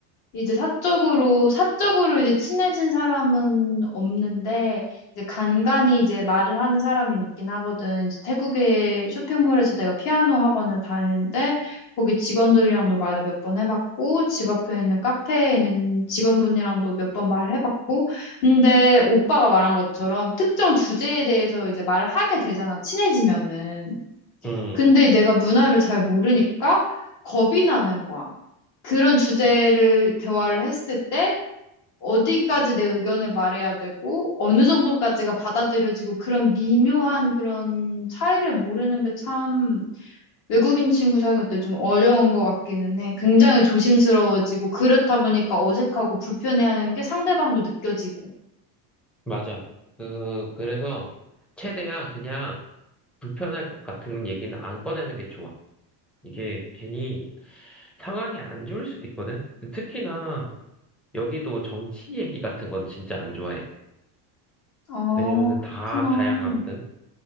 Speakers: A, on the left; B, in the centre.
A: 이제 사적으로, 사적으로 이제 친해진 사람은 없는데, 이제 간간이 이제 말을 하는 사람은 있긴 하거든. 이제 태국의 쇼핑몰에서 내가 피아노 학원을 다니는데, 거기 직원들이랑도 말을 몇 번 해봤고, 집 앞에 있는 카페에 있는 직원분이랑도 몇 번 말을 해봤고, 근데 오빠가 말한 것처럼 특정 주제에 대해서 이제 말을 하게 되잖아, 친해지면은.
B: 음,
A: 근데 내가 문화를 잘 모르니까 겁이 나는 거야. 그런 주제를 대화를 했을 때 어디까지 내 의견을 말해야 되고 어느 정도까지가 받아들여지고 그런 미묘한 그런 차이를 모르는 게 참 외국인 친구 사귈 때 좀 어려운 것 같기는 해. 굉장히 조심스러워지고 그렇다 보니까 어색하고 불편해하는 게 상대방도 느껴지고.
B: 맞아. 그, 그래서 최대한 그냥 불편할 것 같은 얘기는 안 꺼내는 게 좋아. 이게 괜히 상황이 안 좋을 수도 있거든. 특히나 여기도 정치 얘기 같은 건 진짜 안 좋아해.
A: 아,
B: 왜냐면
A: 그렇구나.
B: 다 다양하거든.